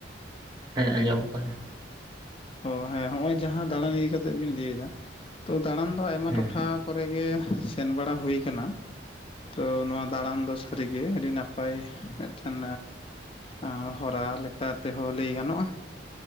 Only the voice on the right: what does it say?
ᱦᱮᱸ ᱟᱸᱡᱚᱢᱚᱜ ᱠᱟᱱᱟ
ᱦᱮᱸ